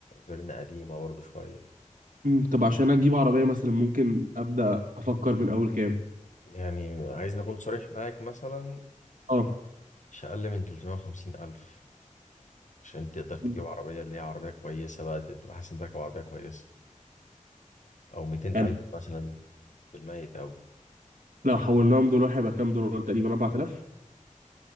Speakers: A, on the left; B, on the right.
A: فيرنا قديمة برضه شوية
B: مم. طب عشان اجيب عربيه مثلا ممكن ابدا افكر من اول كام
A: يعني عايزني أكون صريح معاك مثلا
B: اه
A: مش أقل من 350 ألف عشان تقدر تجيب
B: مم.
A: عربية اللي هي عربية كويسة بقى تبقى حاسس إنك راكب عربية كويسة أو 200
B: يعني
A: ألف مثلا بالميت أوي
B: لو حولناهم دولار هيبقى كام دولار تقريبا 4000